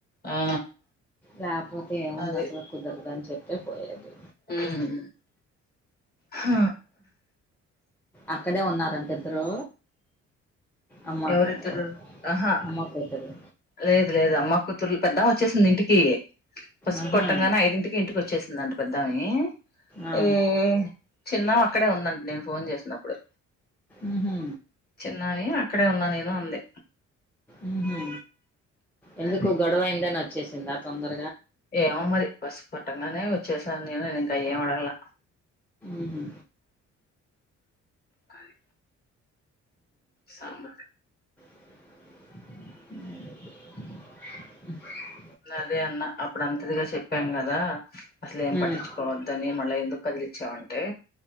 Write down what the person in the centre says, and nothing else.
లేకపోతే ఏముంది
అసలు కుదరదు అని చెప్పి అే పోయది
అక్కడే ఉన్నారంట ఇద్దరు అమ్మా
కూతురు
అమ్మ కూతురు
ఆహా
ఆ
ఉహు
ఉహు ఎందుకు
గోడవ అయిందనా చ్చేసిందా తొందర
ఉహు
అ
ఉమ్